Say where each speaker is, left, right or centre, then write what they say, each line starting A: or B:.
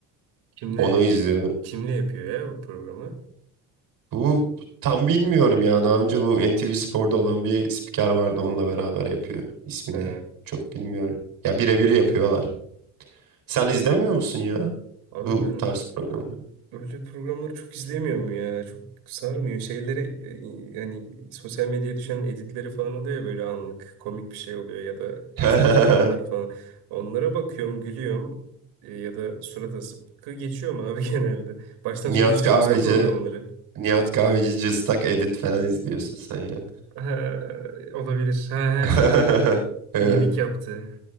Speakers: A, on the right (about 85°); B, on the right (about 60°).
A: kimle
B: Onu izliyordum.
A: kimle yapıyor ya bu programı?
B: Bu tam bilmiyorum ya. Daha önce bu NTV Spor'da olan bir spiker vardı onunla beraber yapıyor. İsmini
A: He,
B: çok bilmiyorum. Ya birebir yapıyorlar. Sen izlemiyor musun ya
A: Abi
B: bu
A: ben
B: tarz programları?
A: Öyle programları çok izlemiyorum ya. Çok sarmıyor. Şeylere e, yani sosyal medyaya düşen editleri falan oluyor ya böyle anlık komik bir şey oluyor ya da
B: <laughs>
A: üzüntülü anlar falan. Onlara bakıyorum, gülüyorum e, ya da surat asıp kı- geçiyorum abi <laughs> genelde. Baştan
B: Nihat
A: sona izliyor
B: Kahveci,
A: musun sen programları?
B: Nihat Kahveci cıstak edit falan izliyorsun sen ya.
A: Ha, olabilir. Ha,
B: <laughs>
A: ha, şu
B: Evet,
A: mimik yaptı